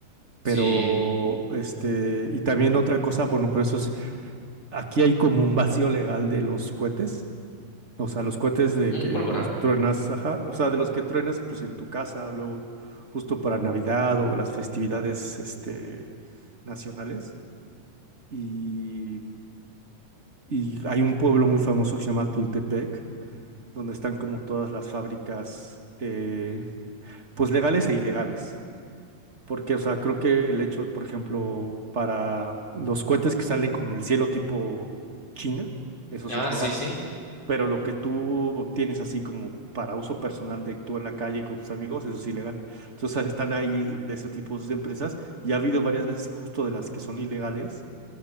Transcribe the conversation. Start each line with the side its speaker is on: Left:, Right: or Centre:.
Right: Pero,
Left: Sí,
Right: este, y también otra cosa, bueno, pero eso es, aquí hay como un vacío legal de los cohetes. O sea, los cohetes de
Left: mm,
Right: que
Left: pólvora.
Right: los truenas, ajá, o sea, de los que truenas, pues en tu casa, luego justo para Navidad o las festividades, este, nacionales. Y, y hay un pueblo muy famoso que se llama Tultepec, donde están como todas las fábricas, eh, pues legales e ilegales. Porque, o sea, creo que el hecho, por ejemplo, para los cohetes que salen como en el cielo tipo China, eso
Left: Ah,
Right: sí es legal
Left: sí, sí.
Right: pero lo que tú obtienes así como para uso personal de tú en la calle con tus amigos, eso es ilegal. Entonces están ahí de esos tipos de empresas y ha habido varias veces justo de las que son ilegales